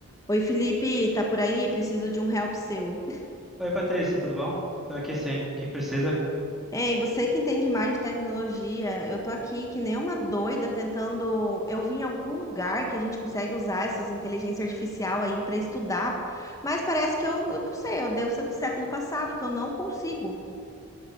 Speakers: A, on the left; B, in the centre.
A: Oi, Felipe, tá por aí? Preciso de um help seu.
B: Oi, Patrícia, tudo bom? Estou aqui sim. O que que precisa?
A: Ei, você que entende mais de tecnologia, eu tô aqui que nem uma doida tentando. Eu vi em algum lugar que a gente consegue usar essas inteligência artificial aí pra estudar, mas parece que eu, eu não sei, eu devo ser do século passado, que eu não consigo.